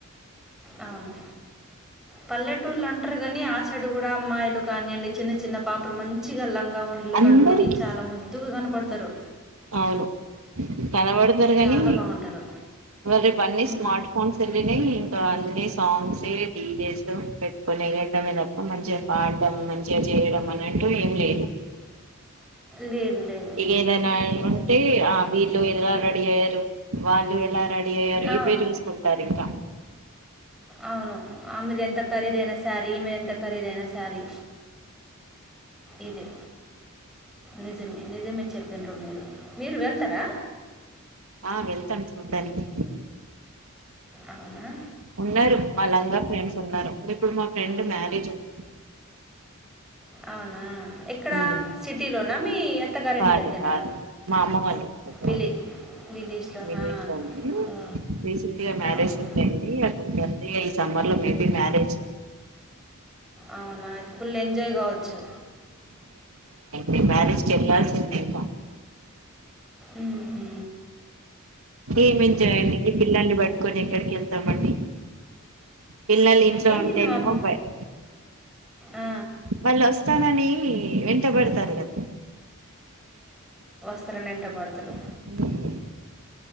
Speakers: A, in the centre; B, on the right.
A: అవును పల్లెటూర్లు అంట్రూ గని ఆ సైడ్ కూడా అమ్మాయిలు కానీయండి చిన్న చిన్న పాపలు మంచిగా లంగ్ గౌన్లు
B: అందరికి
A: కట్టుకుని చాలా ముద్దుగా కన్ పడతరు
B: అవును కనబడుతరు కానీ
A: చాలా బాగుంటారు
B: ఇవాళ రేపు అన్ని
A: ఉమ్,
B: స్మార్ట్ ఫోన్స్ ఎళ్ళినాయి అన్ని సాంగ్స్ ఏ డీజే స్ పెట్టుకొని ఎగడ్డమే తప్ప మంచిగా పాడడం మంచిగా చేయడం అనీ అంటూ ఏం లేదు
A: లేదు లేదు
B: ఇగేదనా
A: అవును.
B: ఉంటే అవి ఎలా రెడి అయ్యారు వాళ్ళు ఎలా రెడీ అయ్యారు
A: అవును
B: ఇవే చూసుకుంటారు ఇంకా
A: అవును ఆమెది ఎంత ఖరీదైన సారీ ఈమె ఎంత ఖరీదైనా సారీ ఇదే నిజమే నిజమే చెప్పిన్ర మీరు మీరు వెళ్తారా
B: ఆ వెళ్తాను చూడ్డానికి
A: అవునా
B: ఉన్నారు అ లంగా ఫ్రెండ్స్ ఉన్నారు ఇప్పుడు మా ఫ్రెండ్ మ్యారేజ్ ఉంది
A: అవునా ఎక్కడ
B: హ్మ్మ్
A: సిటీలోనా మీ అత్తగారింటి
B: కాదుకాదు
A: దగ్గరనా
B: మా అమ్మ వాళ్ళు ఇంటి దగ్గర
A: విలే విలేజ్లోనా
B: వినీష్ అని
A: ఆ,
B: రీసెంట్ గా మ్యారేజ్
A: అవునా
B: సెట్టైంది అప్పుడు అ ఈ సమ్మర్ లో మేబి మ్యారేజ్
A: అవునా అది ఫుల్ ఎంజాయ్ కావచ్చు
B: న మ్యారేజ్కి వెళ్ళాల్సిందంత
A: ఉహూ
B: ఏమేం చేయండి ఈ పిల్లల్ని పట్టుకొని ఎక్కడ ఎంత మంది పిల్లలు
A: ఇంకేంటి
B: ఇంట్లో ఉంటేనేమో
A: మీ మమ్
B: భయం
A: ఆ,
B: వాళ్ళు వస్తానని ఇష్టపడతారు కదా
A: పిల్లలు వెంటబడతారు
B: హ్మ్మ్